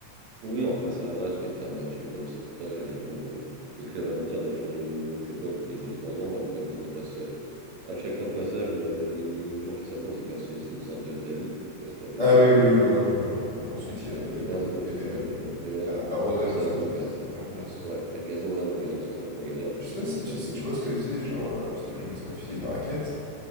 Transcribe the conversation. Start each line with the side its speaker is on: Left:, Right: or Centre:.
Right: Oui, après ça va, tu gagnes ta battue comme ça, les gens, bon, ils- les clubs amateurs doivent échanger, euh, je sais pas, tous les deux trois ans, après juste ils passent, euh, à chaque fin de passage, le- les gens qui s'affrontent, ils passent, c'est une sorte de tamis, je sais pas si t'as fait
Left: Ah
Right: ça
Left: oui,
Right: toi
Left: oui,
Right: d'ailleurs.
Left: je vois, je vois, je vois. Et ensuite, il y a, il y a le,
Right: Non, ça s'appelle
Left: il
Right: faire
Left: y avait
Right: ta
Left: le,
Right: battue, ouais. mais ouais,
Left: la-
Right: du coup,
Left: l'arrosage
Right: mais ça,
Left: aussi
Right: non,
Left: qui,
Right: le gazon,
Left: qui se mettait en place.
Right: ouais, mais le gazon, ouais, non, le gazon, ça serait trop galère, le
Left: Je
Right: gazon,
Left: sais pas si
Right: t'imagines,
Left: tu, si tu
Right: euh,
Left: vois
Right: passer.
Left: ce que c'est, genre, euh, parce que Jonas m'a filé une raquette,